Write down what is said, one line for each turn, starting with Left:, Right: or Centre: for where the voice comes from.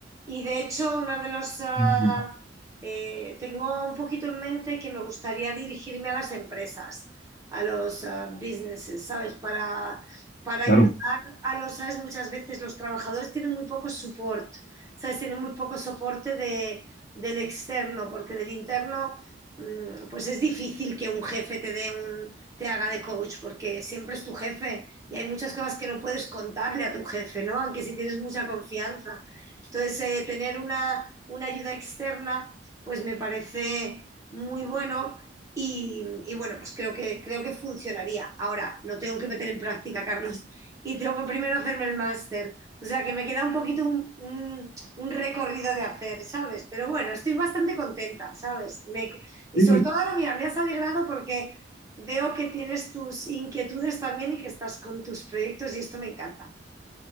Right: Y de hecho, una de los... ah,
Left: Mm,
Right: eh, tengo un poquito en mente que me gustaría dirigirme a las empresas, a los ah, businesses, ¿sabes? Para, para ayudar
Left: claro.
Right: a los, ¿sabes? Muchas veces los trabajadores tienen muy poco support, ¿sabes? Tienen muy poco soporte de- del externo, porque del interno, mm, pues es difícil que un jefe te dé un, te haga de coach, porque siempre es tu jefe y hay muchas cosas que no puedes contarle a tu jefe, ¿no? Aunque si tienes mucha confianza. Entonces, eh, tener una, una, ayuda externa, pues me parece muy bueno y, y, bueno, pues creo que, creo que funcionaría. Ahora, lo tengo que meter en práctica, Carlos, y tengo que primero hacerme el máster. O sea, que me queda un poquito un, un, un recorrido de hacer, ¿sabes? Pero bueno, estoy bastante contenta, ¿sabes? Me, y
Left: Sí,
Right: sobre todo ahora, mira, me has alegrado porque veo que tienes tus inquietudes también y que estás con tus proyectos y esto me encanta.